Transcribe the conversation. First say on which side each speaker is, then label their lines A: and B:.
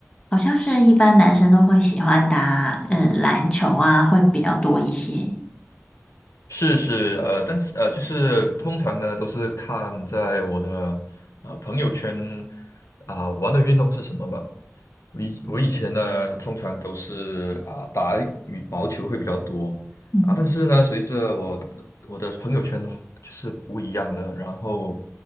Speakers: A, on the left (about 20°); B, on the left (about 80°).
A: 好像是一般男生都会喜欢打嗯篮球啊，会比较多一些。
B: 是是呃，但是呃，就是通常呢都是看在我的呃朋友圈啊、玩的运动是什么吧。我以我以前呢，通常都是啊打羽毛球会比较多啊，
A: 嗯。
B: 但是呢，随着我我的朋友圈就是不一样了，然后